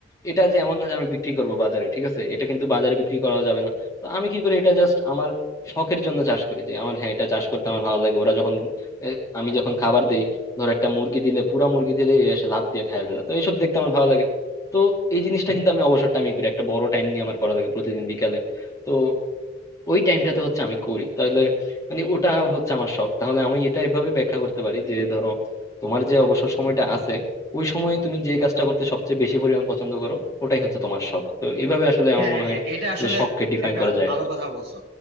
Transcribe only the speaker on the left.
এটা যে এমন না যে আমি বিক্রি করবো বাজারে ঠিক আছে এটা কিন্তু বাজারে বিক্রি করা যাবে না তো আমি কি করি এটা জাস্ট আমার শখের জন্য চাষ করি যে আমার হ্যাঁ এটা চাষ করতে আমার ভালো লাগে ওরা যখন এ, আমি যখন খাবার দেই ধর একটা মুরগি দিলে পুরা মুরগি দিলে এ এসে লাফ দিয়ে খায় ফেলে তো এইসব দেখতে আমার ভালো লাগে তো এই জিনিসটা কিন্তু আমি অবসর টাইমে করি একটা বড় টাইম নিয়ে আমার করা লাগে প্রতিদিন বিকালে তো ওই টাইমটাতে হচ্ছে আমি করি তাহলে মানে ওটা হচ্ছে আমার শখ তাহলে আমি এটা এভাবে ব্যাখ্যা করতে পারি যে ধরো তোমার যে অবসর সময়টা আছে ওই সময়ে তুমি যে কাজটা করতে সবচেয়ে বেশি পরিমাণ পছন্দ করো ওটাই হচ্ছে তোমার শখ তো এভাবে আসলে
আমার মনে
হয়
যে শখকে ডিফাইন
করা যায়